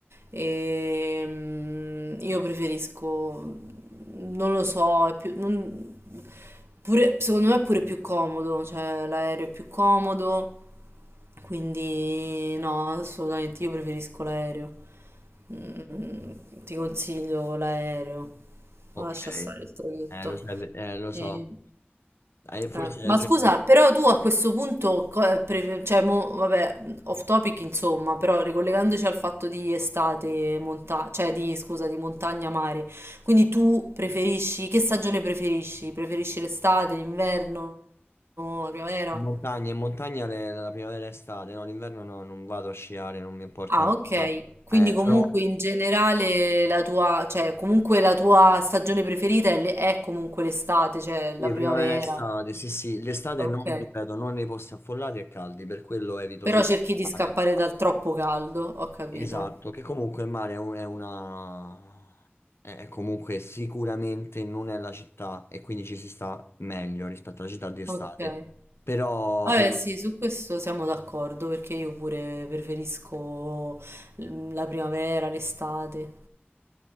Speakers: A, on the right; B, on the left.
A: E, mm, io preferisco, non lo so, è più, non- pure- secondo me è pure più comodo, cioè l'aereo è più comodo, quindi no, assolutamente io preferisco l'aereo. Mm, ti consiglio l'aereo,
B: Ok,
A: ma lascia stare il traghetto.
B: eh, lo, sai- eh, lo
A: E-
B: so, Eh, forse
A: eh,
B: hai
A: Ma
B: ragione
A: scusa,
B: tu.
A: però tu a questo punto, co- eh, pre- cioè, mo, vabbè, off topic insomma, però ricollegandoci al fatto di estate, monta- cioè di, scusa, di montagna, mare, quindi tu preferisci, che stagione preferisci? Preferisci l'estate, l'inverno, la primavera?
B: In montagna, in montagna le- la primavera e estate, no, l'inverno no, non vado a sciare, non mi importa
A: Ah,
B: nulla.
A: ok, quindi
B: Eh,
A: comunque
B: sono
A: in generale la tua, cioè comunque la tua stagione preferita è, le- è comunque l'estate, cioè la
B: sì,
A: primavera,
B: primavera e estate, sì sì, l'estate
A: ok,
B: non, ripeto, non nei posti affollati e caldi, per quello evito
A: però
B: sempre
A: cerchi di
B: il
A: scappare
B: mare.
A: dal troppo caldo, ho capito.
B: Esatto, che comunque il mare è un- è una... è è comunque sicuramente non è la città e quindi ci si sta meglio rispetto alla città di estate.
A: Ok.
B: Però,
A: Vabbè,
B: però
A: sì, su questo siamo d'accordo perché io pure preferisco mm, la primavera, l'estate,